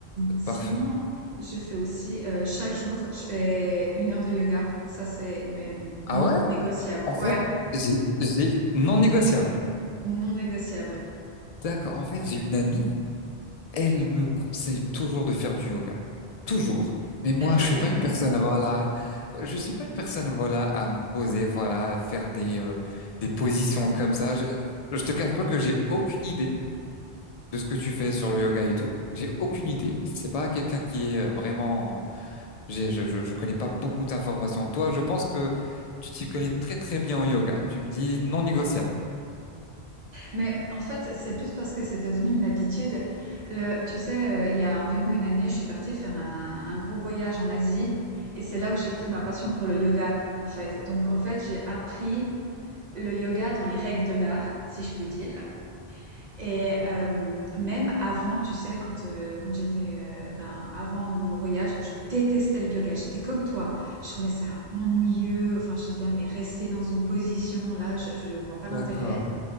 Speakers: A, on the right; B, on the left.
A: sinon,
B: Parfait.
A: je fais aussi, euh, chaque jour, je fais une heure de yoga. Ça, c'est mais bon, non
B: Ah ouais?
A: négociable.
B: En
A: Ouais,
B: fait, j'ai, j'ai non négociable.
A: non négociable.
B: D'accord. En fait, j'ai une amie. Elle me conseille toujours de faire du yoga. Toujours. Mais
A: Elle
B: moi,
A: l'a
B: je suis
A: bien
B: pas
A: raison.
B: une personne, voilà. Je suis pas une personne, voilà, à me poser, voilà, à faire des, euh, des positions comme ça. Je, je te cache pas que j'ai aucune idée de ce que tu fais sur le yoga et tout. J'ai aucune idée. C'est pas quelqu'un qui est euh, vraiment, euh, j'ai, je, je, je connais pas beaucoup d'informations. Toi, je pense que tu t'y connais très, très bien en yoga. Tu me dis non négociable.
A: Mais en fait, c'est plus parce que c'est devenu une habitude. Le, tu sais, euh, il y a environ une année, je suis partie faire un, un gros voyage en Asie et c'est là où j'ai pris
B: D'accord,
A: ma passion pour le yoga, en fait. Donc, en fait, j'ai appris le yoga dans les règles de l'art, si je peux dire. Et
B: d'accord,
A: euh, même avant, tu sais, quand, euh, quand j'étais, euh, ben, avant mon voyage, je détestais le yoga. J'étais comme toi. Je trouvais ça ennuyeux. Enfin, j'étais, ah, mais rester dans une position, là, je, je vois pas l'intérêt.
B: d'accord.